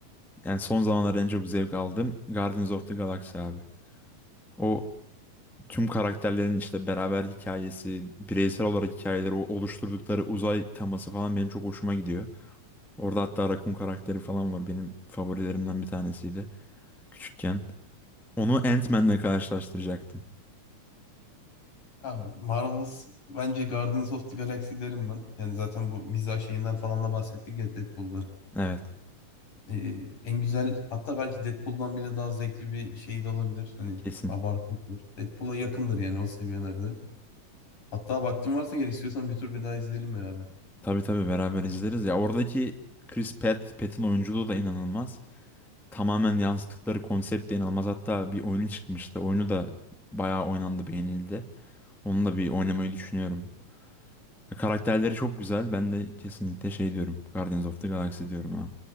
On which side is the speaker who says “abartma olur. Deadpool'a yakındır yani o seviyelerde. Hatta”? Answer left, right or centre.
Left